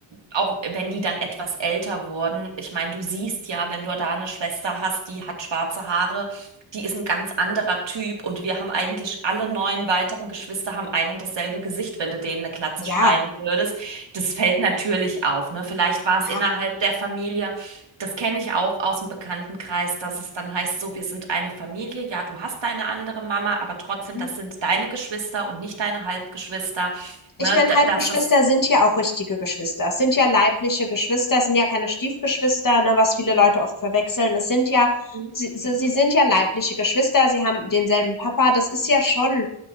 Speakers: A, on the right; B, on the left.
A: auch wenn die dann etwas älter wurden, ich meine, du siehst ja, wenn du da eine Schwester hast, die hat schwarze Haare, die ist ein ganz anderer Typ und wir haben eigentlich alle neun weiteren Geschwister haben ein und dasselbe Gesicht, wenn du denen eine Glatze
B: Ja,
A: schneiden würdest. Das fällt natürlich auf, ne? Vielleicht war
B: ja.
A: es innerhalb der Familie das kenne ich auch aus dem Bekanntenkreis, dass es dann heißt, so, wir sind eine Familie. Ja, du hast deine andere Mama, aber trotzdem,
B: Mhm.
A: das sind deine Geschwister und nicht deine Halbgeschwister.
B: Ich
A: Ne,
B: meine,
A: da-
B: Halbgeschwister
A: dass das.
B: sind ja auch richtige Geschwister. Es sind ja leibliche Geschwister, es sind ja keine Stiefgeschwister, ne, was viele Leute oft verwechseln. Es sind ja,
A: Mhm.
B: sie, sie sie sind ja leibliche Geschwister, sie haben denselben Papa. Das ist ja schon